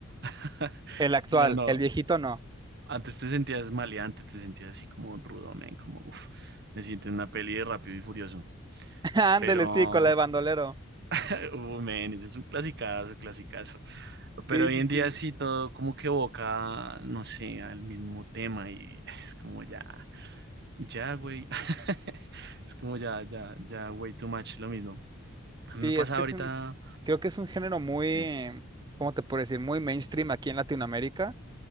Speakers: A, on the right; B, on the right.
A: <laughs>
B: El actual,
A: Claro, no,
B: el viejito no.
A: Antes te sentías maleante, te sentías así como rudo, men, como, uff, me siento en una peli de Rápido y Furioso.
B: <laughs> Ándele,
A: Pero,
B: sí, con la de bandolero.
A: <laughs> uh, men, ese es un clasicazo, clasicazo. Pero
B: Sí,
A: hoy
B: sí,
A: en día
B: sí.
A: sí todo como que evoca, no sé, al mismo tema y es como ya, ya, güey. <laughs> Es como ya, ya, ya, way too much, lo mismo.
B: Sí,
A: A mí me pasa
B: es que
A: ahorita,
B: es un, creo que es un género muy,
A: sí,
B: ¿cómo te puedo decir? Muy mainstream aquí en Latinoamérica